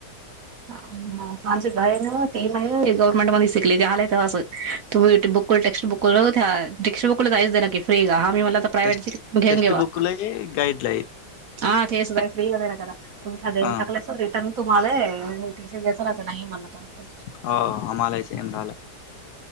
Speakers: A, on the right; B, on the left.
A: माझंय ते गव्हर्नमेंट मध्ये शिकले ते आलाय त असं. तुम् युट्यबुक टेक्सट बुक त्या टेक्स्ट बुकला जायच दे ना की फ्री ग हामी मला प्रायवेटशी
B: टेस्ट
A: घेऊन
B: टेक्स्ट
A: घेवा.
B: बुकला गाईडला आहे
A: हां तेच फ्री वगैरे क तुम्ही देऊन
B: हां
A: टाकलाय स रिटर्न तुम्हाला नाही म्हण करा
B: हो हाम्हालाय सेम राहील.